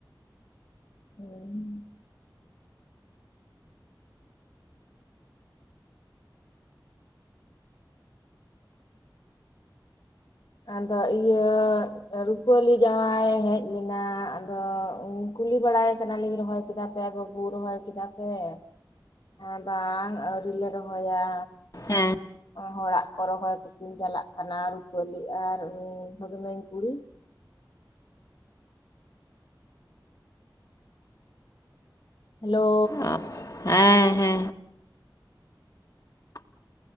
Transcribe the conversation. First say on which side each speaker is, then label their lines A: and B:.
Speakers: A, on the left; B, on the left.
A: <inaudible> ᱟᱫᱚ ᱤᱭᱟᱹ ᱨᱩᱯᱟᱹᱞᱤ ᱡᱟᱶᱟᱭᱮ ᱦᱮᱡ ᱞᱮᱱᱟ ᱟᱫᱚ ᱠᱩᱞᱤ ᱵᱟᱲᱟᱭᱮ ᱠᱟᱱᱟᱞᱤᱧ ᱨᱚᱦᱚᱭ ᱠᱮᱫᱟ ᱯᱮ ᱵᱟᱹᱵᱩ ᱨᱚᱦᱚᱭ ᱠᱮᱫᱟ ᱯᱮ? ᱦᱮᱸ ᱵᱟᱝ ᱟᱣᱨᱤ ᱞᱮ ᱨᱚᱦᱚᱭᱟ᱾
B: ᱦᱮᱸ᱾
A: ᱦᱚᱲᱟᱜ ᱠᱚ ᱨᱚᱦᱚᱭ ᱠᱚᱠᱤᱱ ᱪᱟᱞᱟᱜ ᱠᱟᱱᱟ ᱨᱩᱯᱟᱹᱞᱤ ᱟᱨ ᱩᱱᱤ ᱵᱟᱹᱜᱱᱟᱧ ᱠᱩᱲᱤ᱾ ᱦᱮᱞᱳ᱾
B: ᱚ ᱦᱮᱸ ᱦᱮᱸ᱾